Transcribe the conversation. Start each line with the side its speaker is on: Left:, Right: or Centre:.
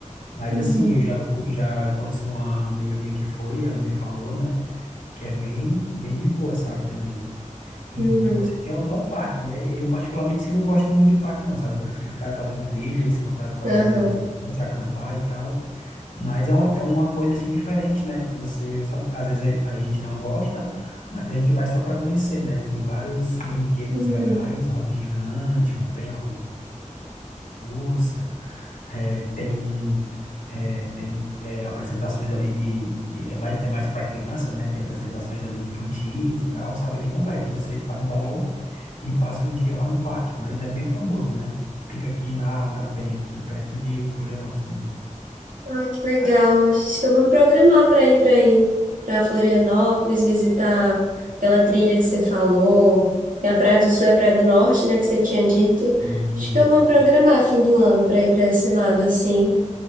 Left: Mas
Right: Uhum,
Left: assim, eu já, co- já conheço uma amiga minha que foi, e ela me falou, né? Que é bem, bem de boa, sabe, também. E
Right: uhum,
Left: você, e é um é um parque, né? Eu particularmente assim, não gosto muito de parque, não, sabe? Eu prefiro ficar fazendo trilha, esse contato com
Right: aham,
Left: a natureza, mais, acampar e tal. Mas é, um- é uma coisa assim diferente, né? Que você só, às vezes a, a gente não gosta, mas a gente vai só para conhecer, né? Tem vários brinquedos
Right: uhum.
Left: legais, roda gigante, montanha russa, é, tem um é, tem é, apresentações ali de, de é mais, é mais para criança, né? Tem apresentações ali infantis e tal, sabe? Bem completo. E você paga um valor e passa o dia lá no parque, mas é bem famoso, né? E Fica aqui na, na Penha, aqui perto de Florianópolis também.
Right: Ah, que legal.
Left: Aqui,
Right: Acho que eu vou me programar para ir para aí, para Florianópolis, visitar aquela trilha que você falou. Tem a Praia do Sul e a Praia do Norte, né, que você tinha dito.
Left: sim,
Right: Acho que eu vou me programar fim do ano para ir para esse lado, assim.